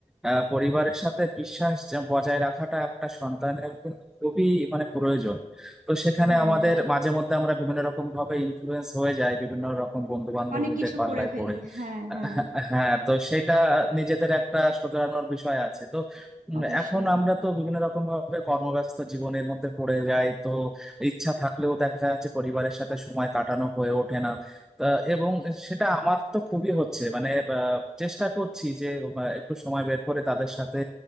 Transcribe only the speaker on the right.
হ্যাঁ
অনেক কিছু
করে ফেলি
হ্যাঁ হ্যাঁ
অবশ্যই